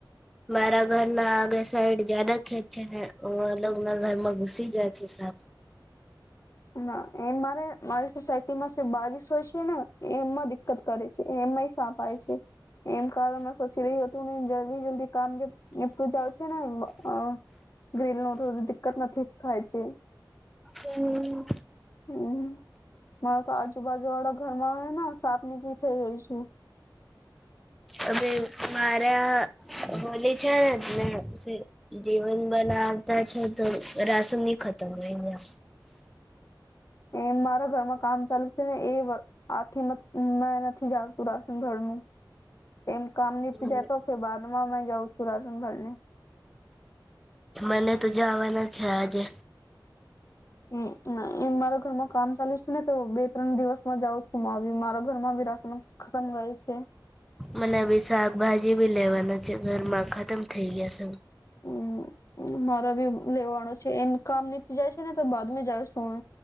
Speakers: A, in the centre; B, on the left.
A: મારા ઘરના આગખ સાઈડ જદા ખેત છે ને લોગના ઘરમાં ઘુસી જાય છે સાપ
B: ના એમ મારે મારી સોસાયટીમાં બારીસ હો છે ને એ એમમાં દિકકત કરે છે એમમાં સાપાય છે એમ કારણ સોચી રહ્યું હતું ને જલ્દી જલ્દી કામ જે નીપું જાવ છે ને હ ગ્રીલ નો તોધી દિકકત નથી થાય છે.
A: હમ
B: હમ મારા તો આજુબાજુ વાળા ઘરમાં ને સાપ નીકળી થઈ ગઈ છે.
A: અમે મારા હોલે છે ને ત જીવન બનાવતા છે તો રાસન ની ખતમ અયા
B: એ મારા ઘરમાં કામ ચાલુ છે ને એ આથી મેં નથી જતું રાશન ઘરનું એમ કામ ની
A: ગયા.
B: પી જતો બા જાઉ છું લસુનભર ને
A: મને તો જવાના છે આજે
B: હમ એમ મારા ઘરમાં કામ ચાલુ છે ને તો બે ત્રણ દિવસમાં જાવ છું મારા ઘર માં બી રાશન ખતમ ગાય છે
A: મને બી શાકભાજી બી લેવાના છે ઘરમાં ખતમ થઇ ગયા છે
B: હમ મારો બી લેવાનો છે એમ કામ નીપી જાય છે ને તો બાદમાં જાય છું